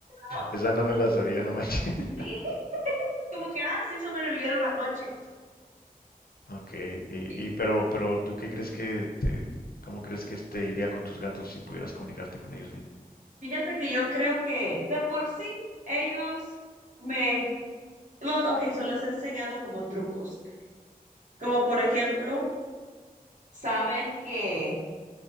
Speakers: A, on the right; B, on the left.
A: no,
B: Esa no me la sabía, no manches. <laughs>
A: Sí, <laughs> como que, ah, sí sobrevivieron la noche.
B: Ok, y,
A: Y
B: y pero, pero ¿tú qué crees que te, cómo crees que te iría con tus gatos si pudieras comunicarte con ellos bien?
A: Fíjate que yo creo que de por sí ellos me... Los, ok, so les he enseñado como trucos, como por ejemplo, saben que...